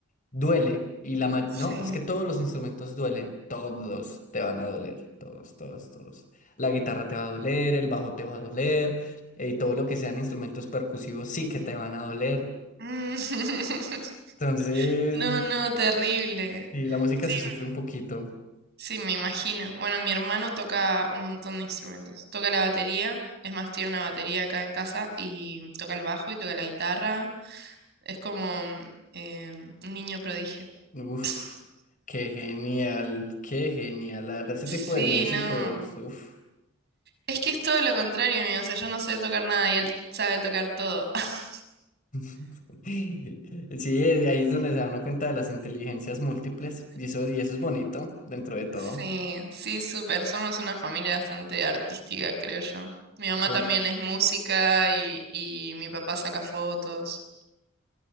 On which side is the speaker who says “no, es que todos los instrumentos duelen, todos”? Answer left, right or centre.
Left